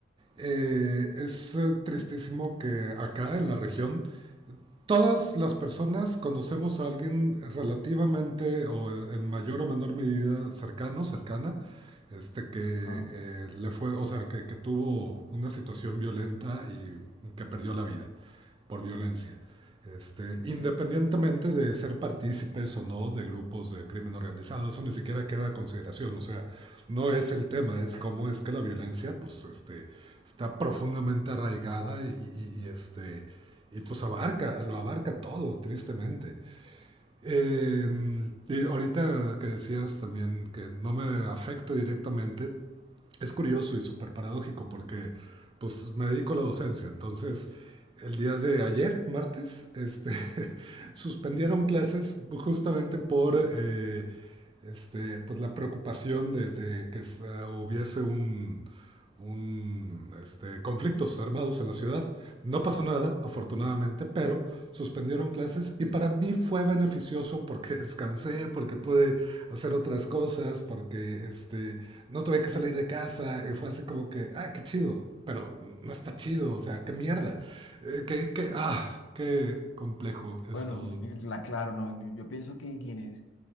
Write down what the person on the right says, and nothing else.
Eh, es eh, tristísimo que acá en la región todas las personas conocemos a alguien relativamente o en mayor o menor medida cercano, cercana, este que eh,
le fue, o sea, que, que tuvo una situación violenta y que perdió la vida por violencia. Este, independientemente
de ser partícipes o no de grupos de crimen organizado, eso ni siquiera queda a consideración, o sea, no es el tema, es cómo es que la violencia pues, este, está profundamente arraigada y, y, y este, y pues abarca, lo abarca todo, tristemente. Eh, y ahorita que decías también que no me afecta directamente, es curioso y súper paradójico porque pues me dedico a la docencia, entonces el día de ayer, martes, este, <laughs> suspendieron clases justamente por eh, este, pues la preocupación de, de que se- hubiese un, un, este, conflictos armados en la ciudad. No pasó nada, afortunadamente, pero suspendieron clases y para mí fue beneficioso porque <laughs> descansé, porque pude hacer otras cosas, porque este, no tuve que salir de casa y fue así como que, ay, qué chido, pero no está chido, o sea, qué mierda, eh, qué, qué, ah, qué complejo es
todo.